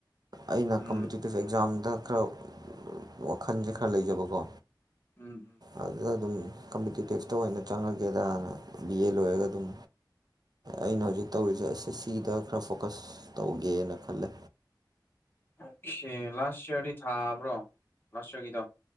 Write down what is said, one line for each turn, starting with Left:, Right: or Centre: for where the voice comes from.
Right: ꯑꯩꯅ
Left: ꯎꯝ ꯎꯝ
Right: ꯀꯝꯄꯤꯇꯤꯇꯤꯞ ꯑꯦꯛꯖꯥꯝꯗ ꯈꯔ ꯋꯥꯈꯟꯖꯦ ꯈꯔ ꯂꯩꯖꯕꯀꯣ
Left: ꯎꯝ
Right: ꯑꯗꯨꯗ ꯑꯗꯨꯝ ꯀꯝꯄꯤꯇꯤꯇꯤꯞꯇ ꯑꯣꯏꯅ ꯆꯪꯉꯒꯦꯗꯅ ꯕꯤ ꯑꯦ ꯂꯣꯏꯔꯒ ꯑꯗꯨꯝ ꯑꯩꯅ ꯍꯧꯖꯤꯛ ꯇꯧꯔꯤꯖꯦ ꯑꯦꯁ ꯑꯦꯁ ꯁꯤꯗ ꯈꯔ ꯐꯣꯀ꯭ꯁ ꯇꯧꯒꯦꯅ ꯈꯜꯂꯦ
Left: <unintelligible> ꯂꯥꯁ ꯏꯌꯥꯔꯗꯤ ꯊꯥꯕ꯭ꯔꯣ ꯂꯥꯁ ꯌꯥꯔꯒꯤꯗꯣ